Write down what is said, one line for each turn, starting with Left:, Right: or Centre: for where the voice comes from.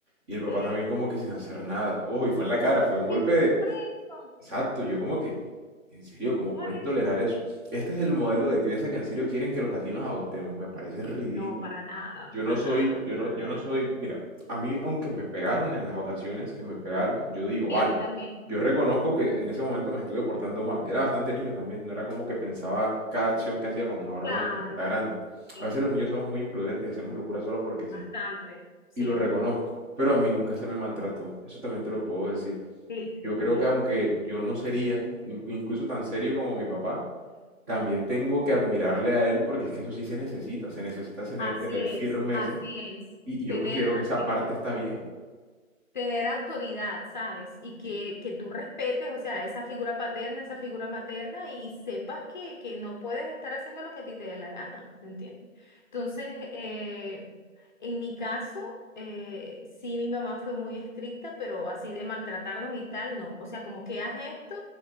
Right: Y el papá
Left: <gasps>
Right: también como que sin hacer nada. Ojo, y fue en la cara, fue un golpe
Left: Sí,
Right: de...
Left: por eso,
Right: Exacto, yo como que... En serio, ¿cómo
Left: por
Right: pueden
Left: eso.
Right: tolerar eso? Este es el modelo de crianza que en serio quieren que los latinos adoptemos. Me parece ridículo.
Left: No, para nada,
Right: Yo
Left: para
Right: no soy,
Left: nada,
Right: yo no,
Left: para nada.
Right: yo no soy, mira, a mí aunque me pegaron en las ocasiones que me pegaron, yo digo, vale,
Left: Sí, a mí también.
Right: yo reconozco
Left: Ujú.
Right: que en ese momento me estuve portando mal. Era bastante niño también, no era como que pensaba cada acción que hacía como ahora
Left: Claro,
Right: uno que está grande.
Left: sí,
Right: A veces los niños somos muy imprudentes y hacemos locura solo porque
Left: bastante,
Right: sí.
Left: sí.
Right: Y lo reconozco, pero a mí nunca se me maltrató, eso también te lo puedo decir.
Left: Viste,
Right: Yo creo
Left: viste.
Right: que aunque yo no sería in- incluso tan serio como mi papá, también tengo que admirarle a él porque es que eso sí se necesita, se necesita tener,
Left: Así
Right: tener
Left: es,
Right: firmeza
Left: así es.
Right: y, y
Left: Tener,
Right: yo considero que esa
Left: es-
Right: parte está bien.
Left: tener autoridad, ¿sabes? Y que,
Right: Eh,
Left: que tú respetes, o sea, esa figura paterna, esa figura materna y sepas que, que no puedes estar haciendo lo que a ti te dé la gana, ¿entiendes? Entonces, eh, en mi caso, eh, sí, mi mamá fue muy estricta, pero así de maltratarnos y tal, no. O sea, como que haz esto,